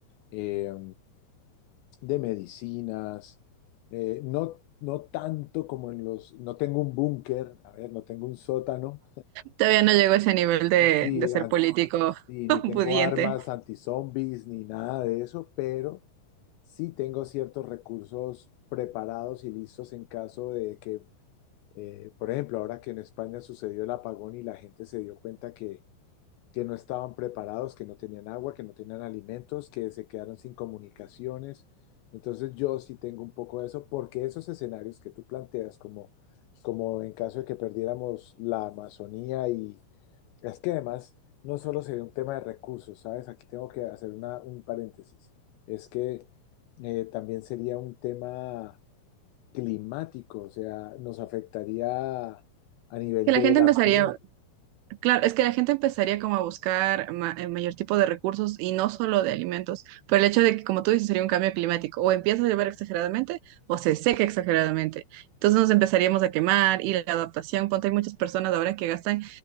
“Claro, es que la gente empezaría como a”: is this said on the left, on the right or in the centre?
Right